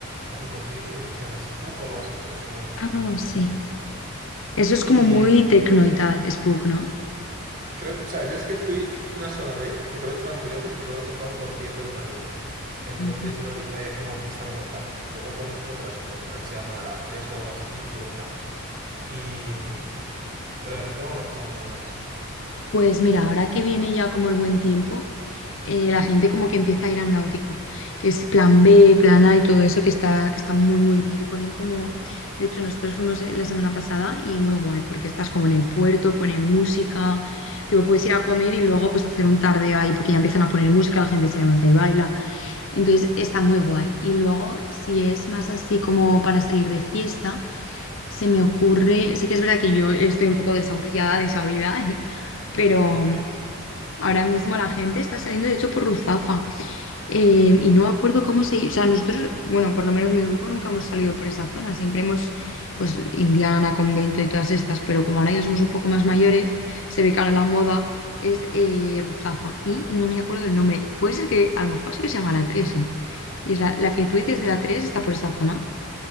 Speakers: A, on the right; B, on the left.
A: que hacen conciertos, creo que se llama Spook o algo así, pero eso no, creo
B: Ah,
A: que no hacen fiestas
B: sí.
A: de no.
B: Eso es
A: Y
B: como muy tecno y tal, Spook, ¿no?
A: Creo que, o sea, yo es que fui una sola vez, recuerdo que estaba muy lejos y recuerdo que fue a un concierto de un amigo. Entonces
B: Mm.
A: no había, no había como fiesta como tal. Luego conozco otras dos, una que se llama La 3 o algo así y otra. Y, mm, pero el resto no conozco mucho más.
B: Pues mira, ahora que viene ya como el buen tiempo, eh, la gente como que empieza a ir al náutico, que es plan B,
A: Ujú,
B: plan A y todo eso, que está, está muy, muy bien. Ponen como, de hecho, nosotros fuimos eh, la semana pasada y muy guay, porque estás como en el puerto, ponen música, tipo, puedes ir a comer y luego pues hacer un tarde ahí, porque ya empiezan a poner música, la gente se levanta y baila. Entonces, está muy guay. Y luego, si es más así como para salir de fiesta, se me ocurre, sí que es verdad que yo estoy un poco desahuciada de esa vida, <laughs> pero...
A: Ya,
B: Ahora mismo la gente está saliendo, de hecho, por Ruzafa. Eh, y no me acuerdo cómo se... O sea, nosotros, bueno, por lo menos mi grupo nunca hemos salido por esa zona. Siempre hemos, pues, Indiana, convento y todas estas, pero como ahora ya somos un poco más mayores, se ve que ahora la moda es eh, Ruzafa. Y no me acuerdo del nombre. Puede ser que, a lo mejor sí que se llama la tres ¿eh? Y es la, la que tú
A: pues
B: dices de la 3 está por esa zona.